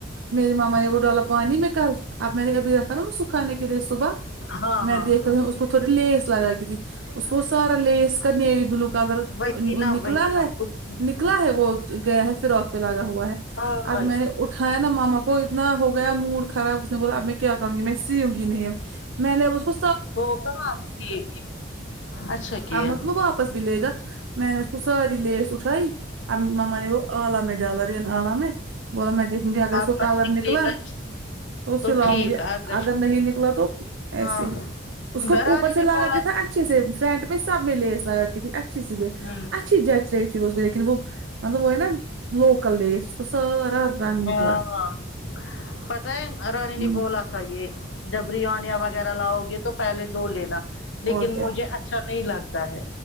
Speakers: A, on the right; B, on the left.
A: میری ماما نے وہ ڈالا پانی میں کل اب میں نے ابھی رکھا نہ وہ سکھانے کے لیے صبح
B: ہاں
A: میں
B: ہاں
A: دیکھ رہی ہوں اس کو تھوڑی لیس لگا کیسی اس کو سارا لیس کرنے بلو کلر
B: وہی نا
A: نکلا
B: وہی نا
A: ہے
B: کچھ
A: نکلا ہے وہ گیا ہے فراک پہ لگا ہوا ہے
B: ہاں
A: اب میں نے اٹھیا نا ماما کو اتنا ہو گیا موڈ خراب اس نے بولا اب میں کیا کہوں گی میں سی ہوں گی نہیں اب میں نے اس کو
B: ہو کہاں آ اچھا کی
A: اب مت
B: ہے
A: وہ واپس ملے گا میں نے اس کو ساری لیس اٹھائی ممانے گ وہ عالامہ ڈالا رن عالامہ میں بعد میں دیکھوں گی اگر اس
B: آپ
A: کو
B: مت
A: کالر
B: نکلے
A: نکلا
B: گا
A: تو اسے لاؤں
B: ٹھیک
A: گی
B: آ گئے
A: اگر نہیں نکلا تو
B: ہاں
A: ایسے ہی اس کو
B: درانی
A: اوپر سے
B: نے
A: لگا
B: بولا
A: کے تھا اچھے سے فرنٹ میں سب میں لیس لگا کے تھی اچھی سے لیس
B: ہوں
A: اچھی جچرہی تھی وہ لیکن وہ مطلب وہ ہے نہ لوکل لیس کو سارا رنگ
B: ہاں
A: نکلا
B: ہاں پتہ ہے رانی
A: ہمم
B: نے بولا آ تھا یہ جب ریانے وغیرہ لاؤ گے تو پہلے دو لینا لیکن
A: اور کیا
B: مجھے اچھا نہیں لگتا ہے